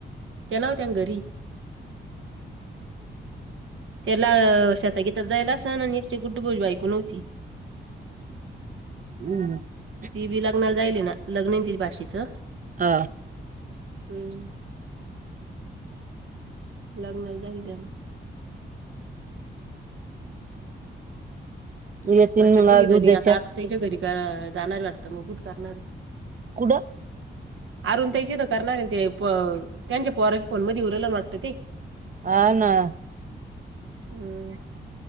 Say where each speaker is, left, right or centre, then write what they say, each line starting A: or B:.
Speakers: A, on the right; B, on the right.
A: त्या नव्हत्या न घरी तेला वर्षा ताई घेत त जायल आसन आणि एक ते गुड्डू भाऊ ची बायको नव्हती.
B: <inaudible>
A: ती बी लग्नाला जाईली ना लग्न हे न तीच् भाशीेचं
B: अ
A: हम्म लग्नाला जाईल त्या
B: येतील
A: म त्या
B: मग
A: दोघी
B: आज
A: जणी
B: उद्याच्या
A: आता आत्यांच्या घरी क जाणारये वाटतं मग तिथ करणारये.
B: कुठं
A: आरुण त्याची तर करणार हेन ते पण त्यांच्या पोराचा फोन मध्ये येऊ रायला ना वाटतं ते
B: ह ना
A: हम्म